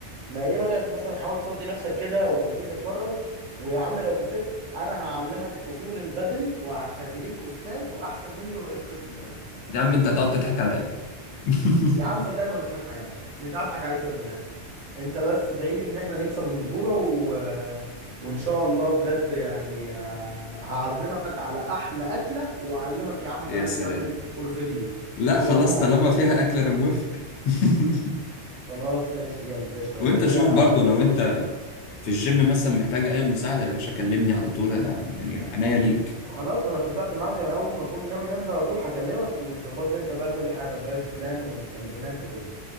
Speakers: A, on the right (about 85°); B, on the left (about 75°).
A: ما ايه رأيك مثلا حاول تفضي نفسك كده وتيجي تتفرج ويا عم لو كسبت انا هعلمك اصول البدل وهخليك استاذ واحسن مني ورئيس قسم كمان
B: يا عم انت هتقعد تضحك على ايه <laughs>
A: يا عم صدقني ما بضحكش اضحك عليك مش هضحك عليك صدقني انت بس ادعي لي ان احنا نكسب البطولة و... وان شاء الله بجد يعني آه، هعزمك على احلى اكلة واعلمك يا عم كمان
B: يا سلام
A: البدل فور فري
B: لا خلاص
A: يلا يا
B: طالما
A: عم
B: فيها اكل انا موافق <laughs>
A: خلاص ماشي جامد قشطه
B: وانت
A: يبقى كده
B: شوف برضو
A: هس- هشوفك
B: لو انت في الجيم مثلا محتاج اي مساعدة يا باشا كلمني على طول انا يعني أنا عينيا ليك
A: خلاص ما انا اتفقت معاك انا اول ما اكون ناوي انزل على طول هكلمك وتظبط لي انت بقى كل حاجه الدايت بلان والتمرينات وكده